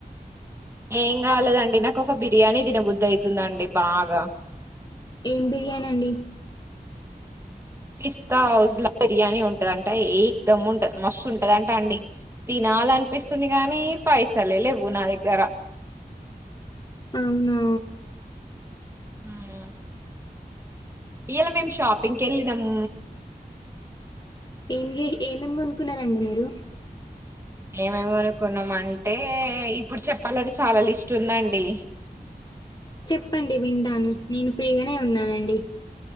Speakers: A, on the right; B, on the left.
A: ఏం గాలేదండి, నాకు ఒక బిర్యానీ తినబుద్ది అయితుందండి బాగా.
B: ఏం బిర్యానండి.
A: పిస్తా హౌస్ ల బిర్యానీ ఉంటదంట ఏక్ దమ్ ఉంటంద్, మస్తు ఉంటదంట అండి తినాలన్ పిస్తుంది గాని, పైసలే లెవ్వు నా దగ్గర్
B: అవునా
A: ఉమ్మ్ ఇయ్యాలా మేము షాపింగ్ కెళ్ళినామ్
B: ఏం జే ఏమేం కొనుకున్నారండి మీరు
A: ఏమేమ్ గొనుకున్నాం అంటే, ఇప్పుడు చెప్పాలంటే చాలా లిస్ట్ ఉందండి.
B: చెప్పండి వింటాను, నేను ఫ్రీగానే ఉన్నానండి.